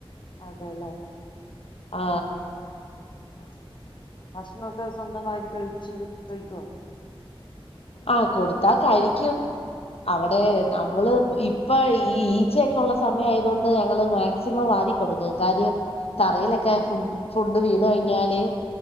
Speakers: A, on the left (about 50°); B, on the left (about 80°).
A: അതേല്ലേ
B: ആ
A: ആ ഭഷണോക്കെ സ്വന്തവാരി കഴിച്ചത് കഴിക്കുവോ
B: ആ കൊടുത്താ കഴിക്കും അവിടെ
A: ആഹ്
B: നമ്മള് ഇപ്പൊ ഈ ഈച്ചയൊക്കെ ഒള്ള സമയായതുകൊണ്ട് ഞങ്ങള് മാക്സിമം വാരി കൊടുക്കും കാര്യം തറയിലൊക്കെ ഫുഡ് ഫുഡ് വീണ് കഴിഞ്ഞാല്